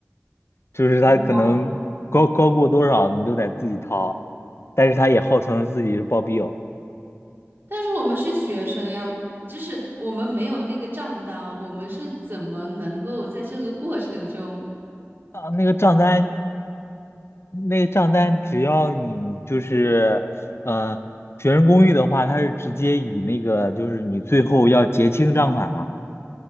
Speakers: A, on the left; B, on the right.
A: 就是他可能高高过多少你都得自己掏，
B: 哇
A: 但是他也号称自己是包庇友。
B: 但是我们是学生呀，就是我们没有那个账单，我们是怎么能够在这个过程中？
A: 啊，那个账单那个账单只要你就是，呃，学生公寓的话，它是直接以那个就是你最后要结清账款嘛，